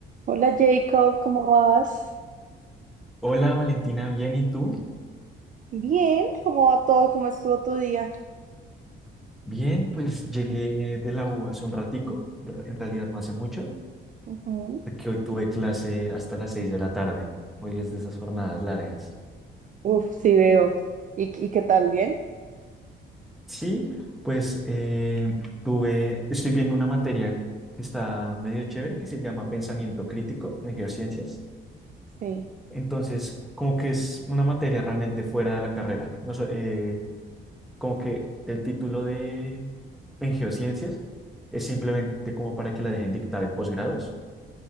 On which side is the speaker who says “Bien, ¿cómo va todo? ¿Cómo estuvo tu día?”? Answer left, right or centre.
Right